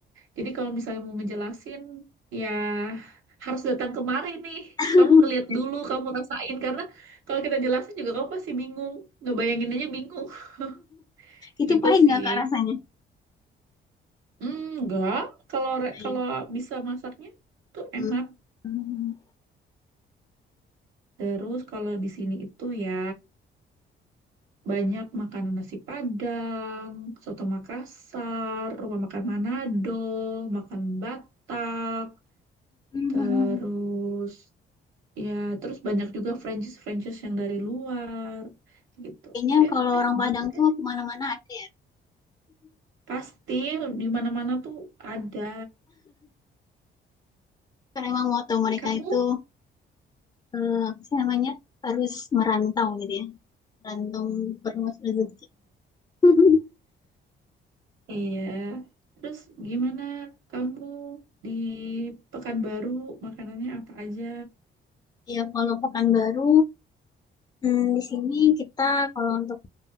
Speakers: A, on the right; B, on the left.
A: Jadi kalau misalnya mau ngejelasin, ya harus datang kemari nih.
B: <laughs>
A: Kamu ngeliat dulu, kamu rasain. Karena kalau kita jelasin juga kamu pasti bingung. Ngebayangin aja bingung. <laughs>
B: itu
A: Gitu
B: pahit
A: sih.
B: nggak kak rasanya
A: Hmm, enggak, kalau re-
B: Pahit.
A: kalau bisa masaknya tuh
B: Hmm.
A: enak.
B: Hmm.
A: Terus kalau di sini itu ya banyak makanan nasi Padang, soto Makassar, rumah makan Manado, makan Batak,
B: Hmm.
A: terus
B: hmm.
A: Ya, terus banyak juga franchise-franchise yang dari luar gitu.
B: Kayaknya
A: Eh,
B: kalau
A: pokoknya
B: orang
A: begitu
B: Padang
A: deh.
B: tuh kemana-mana ada ya.
A: Pasti di mana-mana tuh ada.
B: Karena emang moto mereka
A: Kamu?
B: itu eh, apa sih namanya harus merantau gitu ya. Rantau perluas rezeki. <laughs>
A: Iya. Terus gimana kamu di Pekanbaru makanannya apa aja?
B: Ya kalau Pekanbaru hmm, di sini kita kalau untuk